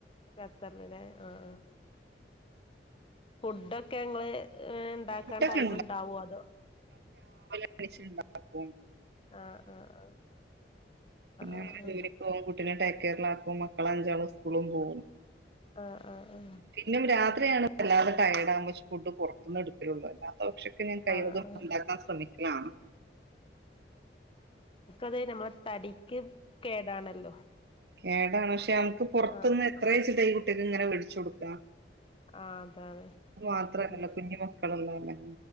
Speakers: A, on the left; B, on the right.
A: ഖത്തറീല്ലേ ആഹ് ആഹ് ഫുഡൊക്കെ ഇങ്ങള് ഇണ്ടാക്കാൻ
B: ഫുഡൊക്കെ
A: ടൈമ് ഇണ്ടാവോ അതോ
B: <unintelligible> ണ്ടാക്കും
A: ആഹ് ആഹ് ആഹ്
B: പിന്നെ
A: ആഹ്
B: ജോലിക്ക്
A: ആഹ്
B: പോകും കുട്ടിനെ ടേക്ക് കെയറിലാക്കും മക്കള അഞ്ചാളും സ്ക്കൂളും പോവും
A: ആഹ് ആഹ് ആഹ്
B: പിന്നും രാത്രിയാണ് വല്ലാതെ ടയേഡ് ആകുമ്പോക്ഷെ ഫുഡ് പുറത്തനിന്ന് എടുക്കലുള്ളൂ അല്ല കുറച്ചൊക്കെ ഞാൻ കൈവതും
A: ആഹ് ആഹ്
B: ഉണ്ടാക്കാൻ ശ്രമിക്കലാണ്
A: അതെ നമ്മള തടിക്ക് കേടാണല്ലോ
B: കേടാണ് പക്ഷെ നമുക്ക് പൊറുത്തൂന്ന്
A: ആഹ്
B: എത്ര ചിട്ട ഈ കുട്ടികക്ക് ഇങ്ങനെ വേടിച്ചു കൊടുക്കാ
A: ആഹ് അതാണ് ആഹ്
B: മാത്രല്ല
A: ആഹ്
B: കുഞ്ഞു മക്കളുള്ളല്ലേ